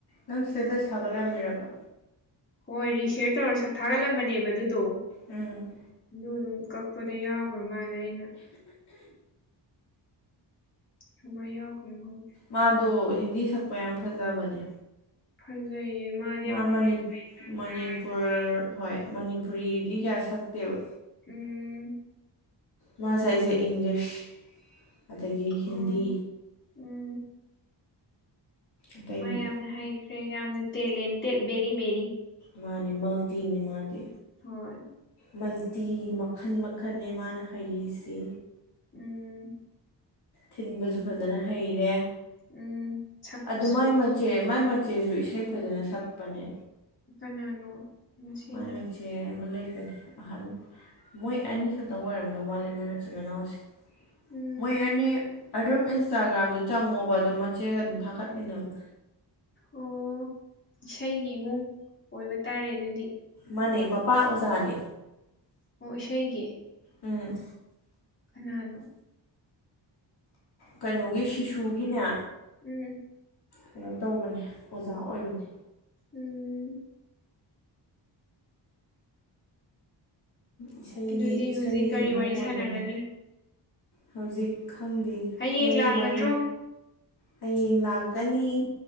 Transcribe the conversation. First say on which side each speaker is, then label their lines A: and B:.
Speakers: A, on the left; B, on the left.
A: ꯅꯪ ꯁ꯭ꯇꯦꯇꯁ ꯊꯥꯒꯠꯂꯝꯃꯤꯔꯕ
B: ꯍꯣꯏ ꯔꯤꯁꯌꯔ ꯇꯧꯔ ꯁꯠ ꯊꯥꯒꯠꯂꯝꯕꯅꯦꯕ ꯑꯗꯨꯗꯣ
A: ꯎꯝ
B: ꯑꯗꯨ ꯑꯗꯨꯝ ꯀꯛꯄꯗ ꯌꯥꯎꯈ꯭ꯔ ꯃꯥꯜꯂꯦ ꯑꯩꯅ ꯀꯃꯥꯏ ꯌꯥꯔꯈ꯭ꯔꯤꯅꯣ ꯈꯪꯗꯦ
A: ꯃꯥꯗꯣ ꯍꯤꯟꯗꯤ ꯁꯛꯄ ꯌꯥꯝ ꯐꯖꯕꯅꯦ
B: ꯐꯖꯩ ꯃꯥ
A: ꯃꯥ ꯃꯅꯤꯄꯨꯔ ꯍꯣꯏ ꯃꯅꯤꯄꯨꯔꯤꯗꯤ ꯀꯌꯥ ꯁꯛꯇꯦꯕ
B: ꯎꯝ
A: ꯃꯥ ꯁꯛꯏꯁꯦ ꯏꯪꯂꯤꯁ ꯑꯗꯒꯤ
B: ꯑꯣ
A: ꯍꯤꯟꯗꯤ
B: ꯎꯝ-
A: ꯑꯇꯩꯗꯤ
B: ꯃꯥ ꯌꯥꯝꯅ ꯍꯩꯈ꯭ꯔꯦ ꯌꯥꯝꯅ ꯇꯦꯂꯦꯟꯇꯦꯠ ꯕꯦꯔꯤ ꯕꯦꯔꯤ
A: ꯃꯥꯅꯤ ꯃꯜꯇꯤꯅꯤ ꯃꯥꯗꯤ
B: ꯍꯣꯏ
A: ꯃꯜꯇꯤ ꯃꯈꯜ ꯃꯈꯜꯦ ꯃꯥꯅ ꯍꯩꯔꯤꯁꯤ
B: ꯎꯝ
A: ꯊꯤꯟꯕꯁꯨ ꯐꯖꯅ ꯍꯩꯔꯦ
B: ꯎꯝ ꯁꯛꯄꯁꯨ
A: ꯑꯗꯨꯃꯥꯏ ꯃꯆꯦ ꯃꯥꯏ ꯃꯆꯦꯁꯨ ꯏꯁꯩ ꯐꯖꯅ ꯁꯛꯄꯅꯦ
B: ꯀꯅꯥꯅꯣ ꯃꯁꯤꯅ
A: ꯃꯥꯏ ꯃꯆꯦ ꯑꯃ ꯂꯩꯕꯅꯦ ꯑꯍꯟ ꯃꯣꯏ ꯑꯅꯤꯈꯛꯇꯪ ꯑꯣꯏꯔꯝꯗꯧ ꯃꯥꯂꯦ ꯃꯣꯏ ꯃꯆꯤꯟ ꯃꯅꯥꯎꯁꯦ
B: ꯎꯝ
A: ꯃꯣꯏ ꯑꯅꯤ ꯑꯗꯨꯝ ꯏꯟꯁꯇꯥꯒ꯭ꯔꯥꯝꯗ ꯆꯪꯉꯣꯕ ꯑꯗꯨꯝ ꯃꯆꯦꯒ ꯑꯗꯨꯝ ꯊꯥꯒꯠꯃꯤꯟꯅꯕꯅꯤ
B: ꯑꯣ ꯏꯁꯩꯒꯤ ꯏꯃꯨꯡ ꯑꯣꯏꯕ ꯇꯥꯔꯦ ꯑꯗꯨꯗꯤ
A: ꯃꯥꯅꯦ ꯃꯄꯥ ꯑꯣꯖꯥꯅꯦ
B: ꯑꯣ ꯏꯁꯩꯒꯤ
A: ꯎꯝ
B: ꯀꯅꯥꯅꯣ
A: ꯀꯩꯅꯣꯒꯤ ꯁꯤꯁꯨꯒꯤꯅꯦ
B: ꯎꯝ-
A: ꯀꯩꯅꯣ ꯇꯧꯕꯅꯦ ꯑꯣꯖꯥ ꯑꯣꯏꯕꯅꯤ
B: ꯎꯝ
A: ꯏꯁꯩꯒꯤ
B: ꯑꯗꯨꯗꯤ
A: ꯏꯁꯩꯒꯤ
B: ꯍꯧꯖꯤꯛ ꯀꯔꯤ
A: ꯏꯃꯨꯡ
B: ꯋꯥꯔꯤ
A: ꯑꯣꯏꯕꯅꯤ
B: ꯁꯥꯟꯅꯒꯅꯤ
A: ꯍꯧꯖꯤꯛ ꯈꯪꯗꯦ
B: ꯍꯌꯦꯡ
A: ꯅꯪꯒꯤ
B: ꯂꯥꯛꯀꯗ꯭ꯔꯣ
A: ꯋꯥꯔꯤ ꯍꯌꯦꯡ ꯂꯥꯛꯀꯅꯤ